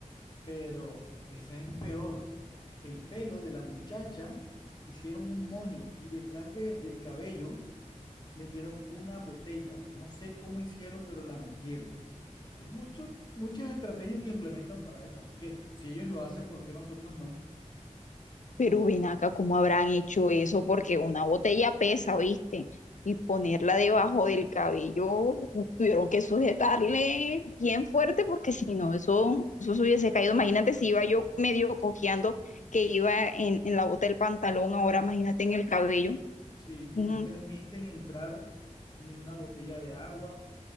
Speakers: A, on the left; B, on the left.
A: Pero esa es peor. El pelo de la muchacha hicieron un moño y detrás de- del cabello metieron una botella. No sé cómo hicieron, pero la metieron. Hay muchos muchas estrategias que implementan para eso. Así que si ellos lo hacen, ¿por qué nosotros no?
B: Pero ven acá, ¿cómo habrán hecho eso? Porque una botella pesa, ¿viste? Y ponerla debajo del cabello, tuvieron que sujetarle bien fuerte porque si no, eso, eso se hubiese caído. Imagínate si iba yo medio cojeando que iba en, en la bota del pantalón, ahora imagínate en el cabello.
A: Sí,
B: Mm,
A: y no permiten entrar ni una botella de agua,